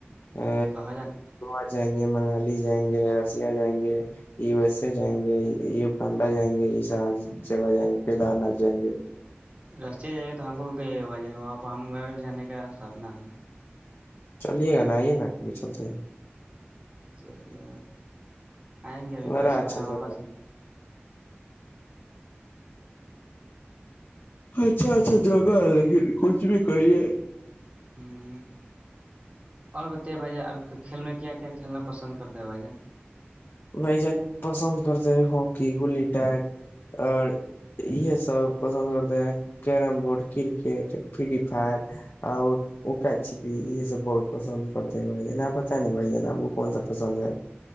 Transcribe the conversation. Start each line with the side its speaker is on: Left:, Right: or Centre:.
Left: ا
Right: کہاں جانا
Left: <unintelligible> جائیں گے منالی جائیں گے رسیا جائیں گے یو ایس اے جائیں گے یوکانڈا جائیں گے یہ س جگہ جائیں گے کیدار ناتھ جائیں گے
Right: رسیا جائی گے تو ہم کو بھی کوئی وجہ نہیں وہاں پ ہمیرہ بھی جانے کا سامنا ہے
Left: چلیے گا نا آئیے نا کبھی چلتے ہیں
Right: چلیے آئیں گے ابھی
Left: بڑا
Right: پیسہ
Left: اچھا
Right: بھی ہمارے
Left: جگہ
Right: پاس
Left: اچھا اچھا جگہ ہے لیکن کچھ بھی کہئی ہے
Right: ہوں اور بتائیے بھائی ج آپ کھیل میں کیا کیا کھیلنا پسند کرتے ہیں بھائی جان
Left: بھائی جان پسند کرتے ہیں ہکی گلیی ٹر اور یہ سب پسند کرتے ہیں carrom board cricket free fire اور اکا چھپی یہ سب بہت پسند کرتے ہیں بھائی جان آپ پتائ نا بھ جان آپ کون سا پسند ہے